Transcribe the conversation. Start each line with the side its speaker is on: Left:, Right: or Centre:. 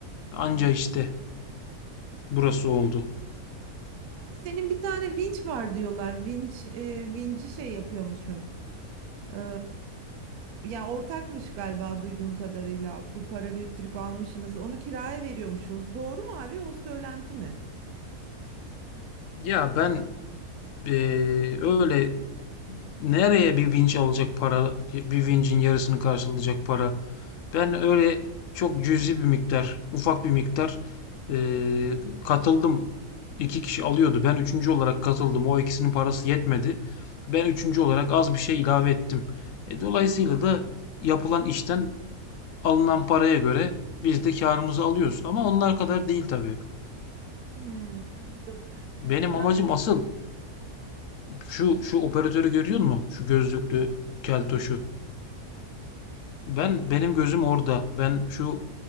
Left: anca
Right: Hmm.
Left: işte burası oldu.
Right: Abi senin bir tane vinç var diyorlar. Vinç e, vinci şey yapıyormuşsun. E, ya ortakmış galiba duyduğum kadarıyla. Bir para biriktirip almışsınız. Onu kiraya veriyormuşsunuz. Doğru mu abi? O söylenti mi?
Left: Ya ben eee, öyle nereye bir vinç alacak para, bir vincin yarısını karşılayacak para. Ben öyle çok cüzi bir miktar, ufak bir miktar eee, katıldım. İki kişi alıyordu. Ben üçüncü olarak katıldım. O ikisinin parası yetmedi. Ben üçüncü olarak az bir şey ilave ettim. E, dolayısıyla da yapılan işten alınan paraya göre biz de karımızı alıyoruz. Ama onlar kadar değil tabii.
Right: Hmm, anladım.
Left: Benim
Right: E, ben
Left: amacım asıl Şu şu operatörü görüyor musun? Şu gözlüklü keltoşu. Ben benim gözüm orada. Ben şu